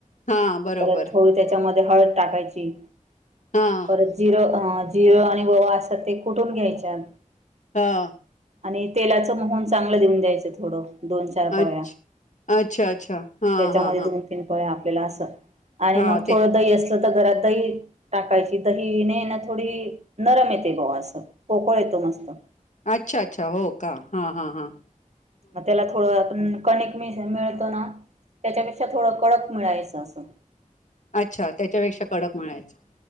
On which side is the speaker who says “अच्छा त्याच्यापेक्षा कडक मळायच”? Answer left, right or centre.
Left